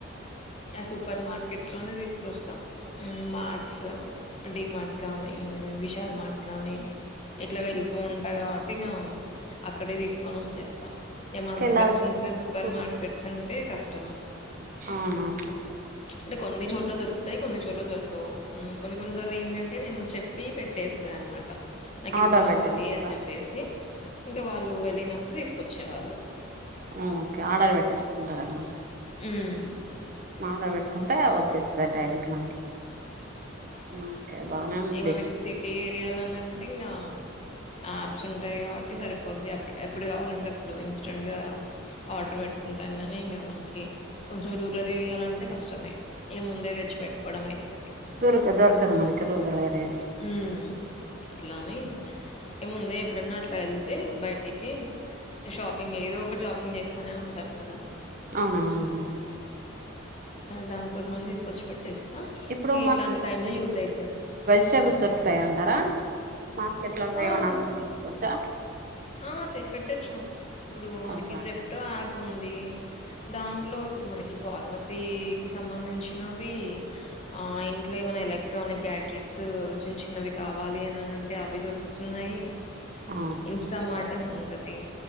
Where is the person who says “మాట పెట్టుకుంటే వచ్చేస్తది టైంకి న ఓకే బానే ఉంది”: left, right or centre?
Right